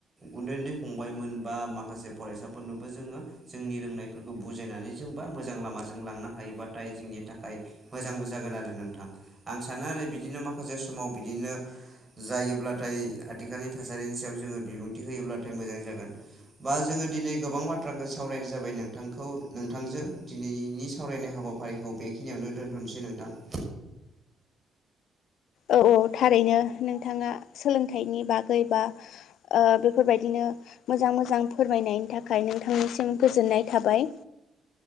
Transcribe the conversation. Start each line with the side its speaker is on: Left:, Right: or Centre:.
Right: उन्दै उन्दै फंबायमोन बा माखासे फरायसाफोरनोबो जोङो जोंनि रों नायफोरखौ बुजायनानै जोंबा मोजां लामाजों लांनो हायोबाथाय जोंनि थाखाय मोजांबो जागोन आरो नों थां। आं सानो आरो बिदिनो माखासे समाव बिदिनो जायोब्लाथाय आथिखालनि थासारिनि सायाव जोङो बिबुंथि होयोब्लाथाय मोजां जागोन। बा जोङो दिनै गोबां बाथ्राखौ सावरायनाय जाबाय। नोंथांखौ नोंथांजो दिनैनि सावरायनाय हाबाफारिखौ बेखिनियावनो दोन्थ'नोसै नोंथां। <inaudible>
Left: औ औ थारैनो नोंथाङा सोलोंथाइनि बागै बा ओ बेफोरबायदिनो ओ मोजां मोजां फोरमायनायनि थाखाय नोंथांनिसिम गोजोननाय थाबाय।